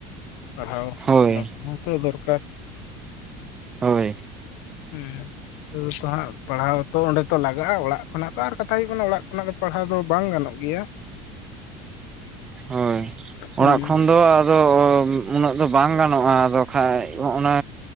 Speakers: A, on the left (about 70°); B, on the right (about 15°).
A: ᱯᱟᱲᱦᱟᱣ
B: ᱦᱳᱭ
A: ᱚᱱᱟ ᱠᱚᱦᱚᱸ ᱛᱚ ᱫᱚᱨᱠᱟᱨ
B: ᱦᱳᱭ ᱾
A: ᱦᱮᱸ ᱛᱳ ᱛᱚ ᱦᱟᱸᱜ ᱯᱟᱲᱦᱟᱣ ᱛᱚ ᱚᱸᱰᱮ ᱛᱚ ᱞᱟᱜᱼᱟ ᱚᱲᱟᱜ ᱠᱷᱚᱱᱟᱜᱚ ᱟᱨ ᱠᱟᱛᱷᱟ ᱦᱩᱭᱩᱜ ᱚᱬᱟᱜ ᱠᱷᱚᱱᱟᱜ ᱫᱚ ᱯᱟᱲᱦᱟᱣ ᱫᱚ ᱵᱟᱝ ᱜᱟᱱᱚᱜ ᱜᱮᱭᱟ᱾
B: ᱦᱳᱭ
A: ᱦᱩᱸ
B: ᱚᱲᱟᱜ ᱠᱷᱚᱱ ᱫᱚ ᱟ... ᱟᱫᱚ ᱩᱱᱟᱹᱜ ᱫᱚ ᱵᱟᱝ ᱜᱟᱱᱚᱜᱼᱟ ᱟᱫᱚ ᱠᱷᱟᱱᱜ ᱚᱱᱟ